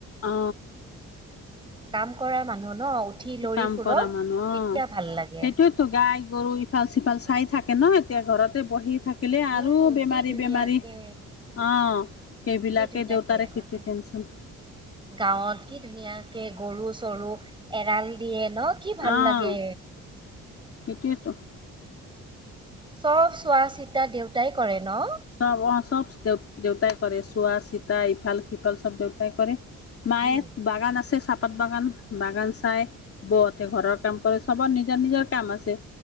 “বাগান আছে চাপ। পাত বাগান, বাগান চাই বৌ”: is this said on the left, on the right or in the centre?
Left